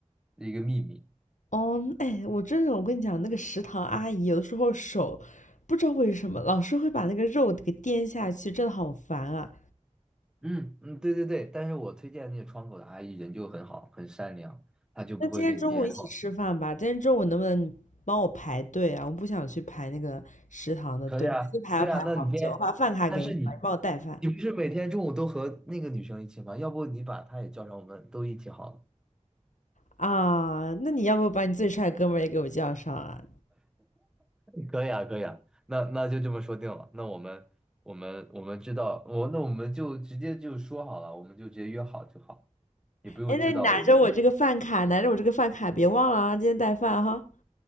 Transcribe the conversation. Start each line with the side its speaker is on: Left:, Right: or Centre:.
Centre: 一个秘密。
Left: 哦，哎，我真的，我跟你讲，那个食堂阿姨有的时候手不知道为什么老是会把那个肉给颠下去，真的好烦啊。
Centre: 嗯嗯，对对对，但是我推荐那个窗口的阿姨人就很好，很善良，她就不会给你编。
Left: 那今天中午一起吃饭吧，
Centre: 然后
Left: 今天中午能不能你帮我排队啊？我不想去排那个食堂的队，
Centre: 可以啊，
Left: 每次排要排好久。
Centre: 可以啊，那你编，
Left: 我把饭卡给你吧，
Centre: 但是你
Left: 你帮我带饭
Centre: 你不是每天中午都和那个女生一起吗？要不你把她也叫上，我们都一起好了。
Left: 啊。那你要不把你最帅的哥们儿也给我叫上啊？
Centre: 可以啊，可以啊，那那就这么说定了。那我们我们我们知道，我那我们就直接就说好了，我们就直接约好就好，也不用制造偶遇。
Left: 哎，那你拿着我这个饭卡，拿着我这个饭卡，别忘了啊，今天带饭哈，